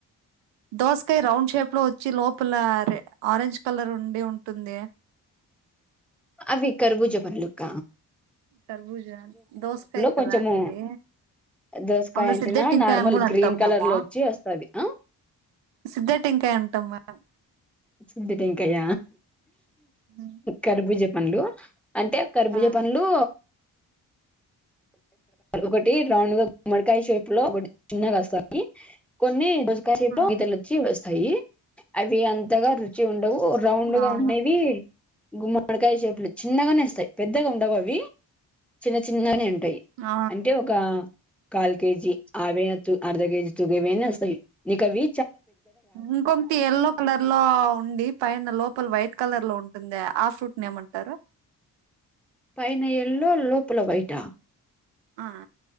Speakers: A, on the right; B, in the centre.
A: దోసకాయ రౌండ్ షేప్ లో వచ్చి లోపల రె ఆరెంజ్ కలర్ ఉండి ఉంటుందే
B: అవి కరుభూజ పండ్లక్క
A: కర్బూజ దోసకాయ
B: కొంచెము
A: కదా అనేది,
B: దోసకాయ
A: అందులో
B: అంటేనా
A: సిద్ధటింకాయ
B: నార్మల్
A: అని కూడ అంటాం
B: గ్రీన్ కలర్
A: మేము,
B: లో వచ్చి వస్తది ఆ
A: సిద్ధటింకాయ అంటాం మేము టం
B: సిద్దటింకాయ
A: మేము
B: కర్భూజ పండ్లు అంటే కర్భూజ
A: ఆ
B: పండ్లు ఒకటి రౌండ్ గా గుమ్మడికాయ షేప్ లో ఒకటి చిన్నగా వస్తాయి కొన్ని గీతలొచ్చి
A: ఆ
B: వస్తా యి అవి అంతగా రుచి ఉం డవు రౌండ్ గా
A: అవును
B: ఉండేవి గుమ్మడికాయ షేపులో చిన్నగానే వస్తాయి, పెద్దగా ఉండవు అవి చిన్న చిన్నగనే ఉంటాయి
A: ఆ
B: అంటే ఒక కాలు కేజీ అవే అర్ధ కేజీ తూగే వైన వస్తాయి నీకవి
A: ఇంకొకటి ఎల్లో కలర్ లో ఉండి పైన లోపల వైట్ కలర్ లో ఉంటుందే ఆ ఫ్రూట్ ని ఏమంటారు
B: పైన ఎళ్లో లోపల వైటా
A: ఆ